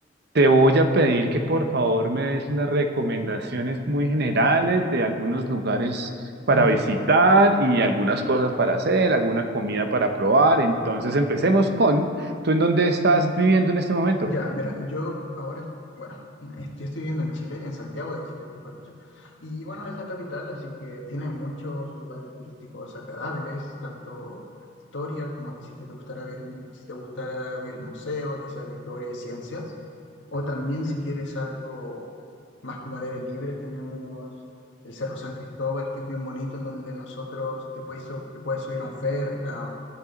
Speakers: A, on the right; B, on the left.
A: te voy a pedir que por favor me des unas recomendaciones muy generales de algunos lugares para
B: Ya,
A: visitar y algunas cosas para hacer, alguna comida para probar, entonces empecemos con, ¿tú en dónde estás viviendo en este momento?
B: ya, mira, yo ahora, bueno, eh, yo estoy viviendo en Chile, en Santiago de Chile, mejor dicho, y bueno, es la capital, así que tiene muchos lugares turísticos agradables, tanto historia como si que te gustara ver, si te gustara ver museos, ya sea de historia y ciencias. O también si quieres algo más como al aire libre, tenemos el Cerro San Cristóbal, que es bien bonito, en donde nosotros te puedes, su- te puedes subir a un ferry, a,